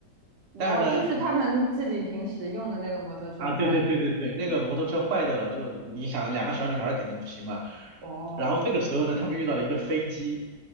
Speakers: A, on the right; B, on the right.
A: 哦，
B: 但是呢，
A: 就是他们自己平时用的那个摩托车坏了。
B: 啊，对对对对对，那个摩托车坏掉了，就是你想两个小女孩儿肯定不行嘛。
A: 哦，
B: 然后这个时候呢，他们遇到了一个飞机，